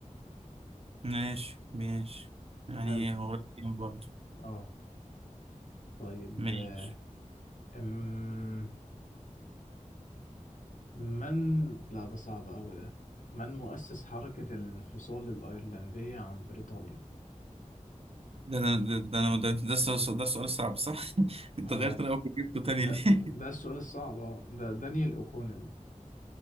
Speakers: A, on the right; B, on the left.
A: ماشي ماشي يعني
B: ألف
A: قريب برضه
B: اه طيب
A: ماشي
B: آه، أم... من لا ده صعب أوي ده من مؤسس حركة الانفصال الأيرلندية عن بريطانيا
A: ده ده ده ده أنا- ده, ده, السؤال- ده السؤال الصعب صح؟ <laughs> أنت
B: اه
A: غيرت رأيك وجبته تاني
B: ده
A: ليه؟
B: ده السؤال الصعب اه ده دانيال أوكونيل